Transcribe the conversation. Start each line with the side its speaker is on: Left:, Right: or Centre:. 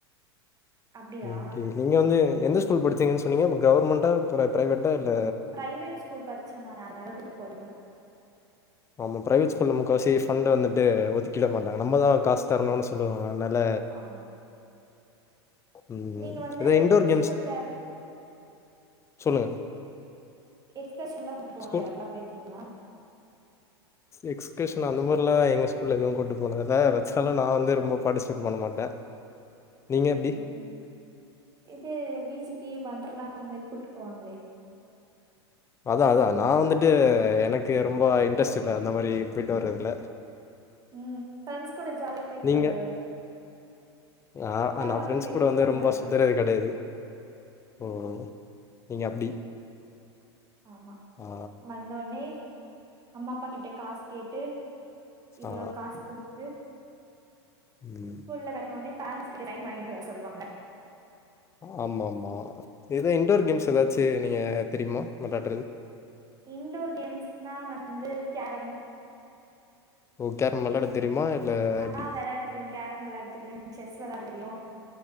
Right: அப்டியா
Left: ஓகே நீங்க வந்து எந்த ஸ்கூல் படிச்சிங்கன் சொன்னீங்க கவர்மெண்ட்டா பிர பிரைவேட்டா இல்ல
Right: பிரைவேட் ஸ்கூல் படிச்சே நானு அதனால கூட்டு போக போல
Left: ஆமா பிரைவேட் ஸ்கூல்ல முக்காவாசி பண்ட்டு வந்துட்டு ஒதுக்கிட மாட்டாங்க நம்ம தா காஸ் தரணுன்னு சொல்லுவாங்க அனால
Right: ஆமா
Left: உம்
Right: நீங்க வந்து
Left: எதோ இன்டோர்
Right: இது
Left: கேம்ஸ்
Right: ஸ்கூல்ல
Left: சொல்லுங்க
Right: எக்ஸ்பர்ஷன்லா கூட்டு போவாங்களே
Left: ஸ்கூல்
Right: அதெல்லா போயிருக்கீங்ளா
Left: எக்ஸ்கர்ஷன் அந்த மாறில்லா எங்க ஸ்கூல்ல எதுவு கூட்டு போனதில்லை வச்சாலு நா வந்து ரொம்ப பார்டிசிபேட் பண்ண மாட்டே நீங்க எப்டி
Right: ம் இது வி ஜி பி வண்ட்ரல்லா அந்த மாறி கூட்டு போவாங்களே
Left: அத்தா அத்தா நா வந்துட்டு எனக்கு ரொம்ப இன்ட்ரெஸ்ட் இல்ல அந்த மாறி போயிட்டு வரதுல்ல
Right: உம் ஃப்ரெண்ட்ஸ் கூட ஜாலியா போயிட்டு
Left: நீங்க?
Right: வரு
Left: நா நா
Right: வருன்னு
Left: ஃப்ரெண்ட்ஸ்
Right: வெயிட்
Left: கூட வந்து
Right: பண்ணுவே
Left: ரொம்ப
Right: அதெல்லா
Left: சுத்தரக்கு கிடையாது ஓ நீங்க அப்டி
Right: ஆமா
Left: ஆ
Right: வந்த உட்னே அம்மா அப்பா கிட்ட காசு கேட்டு இவ்ளோ
Left: ஆ
Right: காஸ் குடுத்து
Left: ம்
Right: ஸ்கூல்ல கட்ண உட்னே பேரன்ஸ் கிட்ட சைன் வாங்கிட்டு வர சொல்லுவாங்க
Left: ஆமா ஆமா ஏதோ இன்டோர் கேம்ஸ் ஏதாச்சு நீங்க தெரியுமா மேலாட்றது
Right: இன்டோர் கேம்ஸ்னா வந்து கேரம்
Left: ஓ கேரம் விளாட தெரியுமா இல்ல
Right: ஆ
Left: எப்டி
Right: வெளாட தெரியு கேரம் வெளாட தெரியு செஸ் வெளாட தெரியு